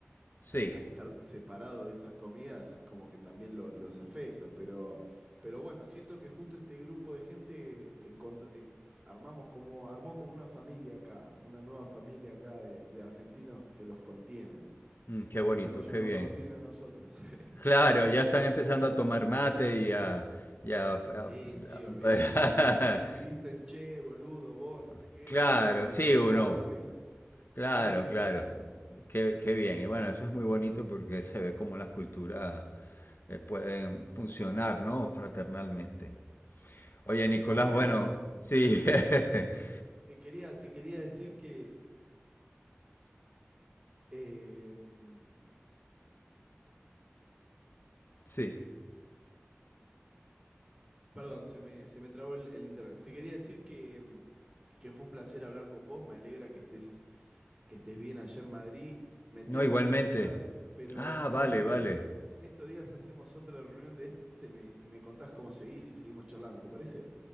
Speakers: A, on the left; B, on the right.
A: Sí,
B: al estar separado de esas comidas es como que también lo- los afecta, pero, pero bueno, siento que justo este grupo de gente encontr- en- armamos como, armó como una familia acá, una nueva familia acá de, de argentinos que los contienen,
A: Mm, qué
B: así
A: bonito,
B: como ellos
A: qué
B: nos
A: bien.
B: contienen a nosotros. <laughs>
A: Claro, ya están empezando a tomar mate y a... y a- a-
B: Sí, sí, olvídate,
A: a-
B: y, y- y- y dicen, che, boludo, vos, no
A: <laughs>
B: sé qué,
A: Claro,
B: y nosotros nos,
A: sí
B: ca- nos
A: o
B: cagamos
A: no.
B: de risa.
A: Claro,
B: Sí, sí,
A: claro.
B: total.
A: Qué, qué bien. Y bueno, eso es muy bonito porque se ve cómo las culturas eh, pueden funcionar, ¿no? Fraternalmente. Oye, Nicolás,
B: Samuel,
A: bueno, sí. <laughs>
B: te, te quería, te quería decir que... em,
A: Sí.
B: Perdón, se me, se me trabó el, el internet. Te quería decir que, mm, que fue un placer hablar con vos. Me alegra que estés, que estés bien allá en Madrid. Me tengo
A: No, igualmente.
B: que ir a comer, pero
A: Ah,
B: en
A: vale,
B: estos
A: vale.
B: días, en estos días hacemos otra reunión de este y me, y me contás cómo seguís y seguimos charlando, ¿te parece?